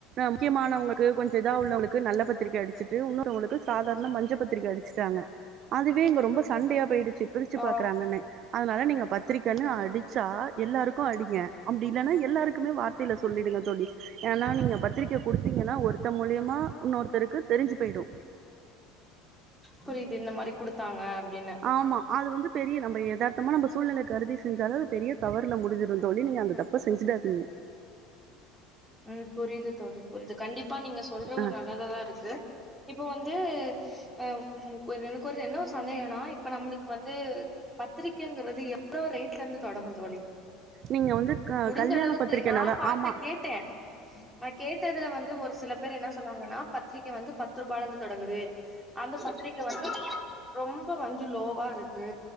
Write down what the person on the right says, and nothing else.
முக்கியமானவங்களுக்கு கொஞ்சோ இதா உள்ளவங்களுக்கு நல்ல பத்திரிக்க அடிச்சு ட்டு உன்னொருதவுங்ளுக்கு சாதாரண மஞ்ச பத்திரிக்க அடிச்சுட்டாங்க அதுவே இங்க ரொம்ப சண்டயா போயிடுச்சி பிரிச்சு
பாக்கறாங்கன்னு அனால நீங்க பத்திரிக்கன்னு அடிச்சா எல்லாருக்கு அடிங்க அப்டி இல்லனா எல்லாருக்குமே வார்த்தைல சொல்லிடுங்க தோழி ஏனா நீங்க பத்திரிக்க குடுத்தீங்கனா ஒருத்த மூலியமா உன்னொருத்தருக்கு தெரிஞ்சு போய்டு
ஆமா அது வந்து பெரிய நம்ம எதார்த்தம நம்ம சூழ்நெலை கருதி செஞ்சாலு அது பெரிய தவறுல முடிஞ்சிடு தோழி நீங்க அந்த தப் ப செஞ்சிடாதீங்க
ஆ
நீங்க வந்து க
கல்யாண
பத்திரிக்கனால
ஆமா